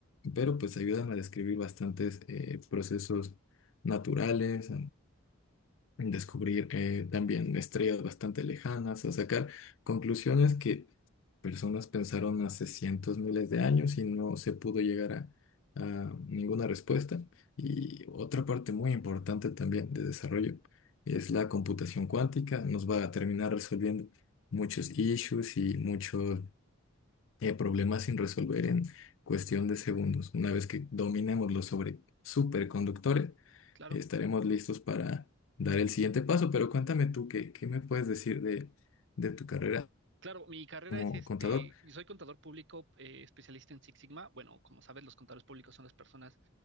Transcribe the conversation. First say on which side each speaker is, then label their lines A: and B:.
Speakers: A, on the left; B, on the right.
A: pero pues ayudan a describir bastantes eh, procesos naturales, en descubrir eh, también estrellas bastante lejanas, o sacar conclusiones que personas pensaron hace cientos, miles de años y no se pudo llegar a, a ninguna respuesta. Y otra parte muy importante también de desarrollo es la computación cuántica, nos va a terminar resolviendo muchos issues y muchos eh, problemas sin resolver en cuestión de segundos. Una vez que dominemos los sobre superconductores,
B: claro.
A: estaremos listos para dar el siguiente paso. Pero cuéntame tú, ¿qué, qué me puedes decir de, de tu carrera
B: Claro, mi carrera
A: como
B: es este,
A: contador?
B: yo soy contador público, eh, especialista en Six Sigma. Bueno, como sabes, los contadores públicos son las personas